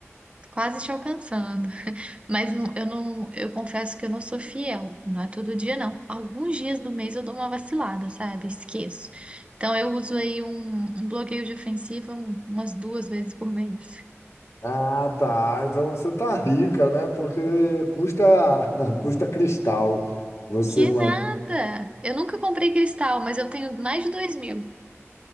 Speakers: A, on the right (about 25°); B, on the left (about 80°).
A: quase te alcançando. Mas não- eu não, eu confesso que eu não sou fiel, não é todo dia não. Alguns dias do mês eu dou uma vacilada, sabe? Esqueço. Então eu uso aí um, um bloqueio de ofensiva um, umas duas vezes por mês.
B: Ah, tá. Então você tá rica, né? Porque custa <laughs> custa cristal você
A: Que
B: manter.
A: nada! Eu nunca comprei cristal, mas eu tenho mais de dois mil.